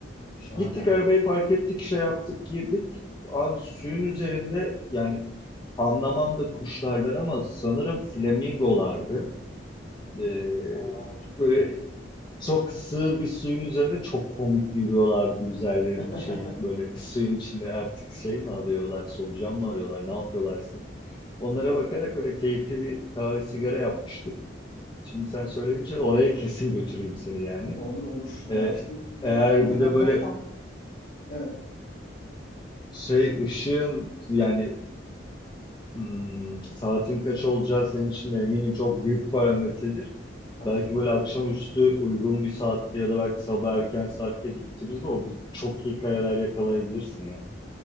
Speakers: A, on the left; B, on the left.
A: Şahane
B: Gittik
A: abi.
B: arabayı park ettik, şey yaptık, girdik. Abi suyun üzerinde yani anlamam da kuşlardan ama sanırım flamingolardı. Ee,
A: Aa, çok güzel.
B: böyle çok sığ bir suyun üzerinde çok komik yürüyorlardı üzerleri
A: <laughs>
B: şey böyle suyun içinde artık şey mi alıyorlar, solucan mı arıyorlar, ne yapıyorlarsa. Onlara bakarak öyle keyifli bir kahve sigara yapmıştık. Şimdi sen söyleyince oraya kesin götüreyim seni yani.
A: Olur olur. Ya
B: Ee,
A: işte bu,
B: eğer
A: bu dönemler
B: bir de böyle
A: tam evet
B: Şey ışığın yani hmm, saatin kaç olacağı senin için de eminim çok büyük parametredir.
A: tabii
B: Belki
A: tabii.
B: böyle akşamüstü uygun bir saatte ya da belki sabah erken saatte gittiğimizde orada çok iyi kareler yakalayabilirsin ya.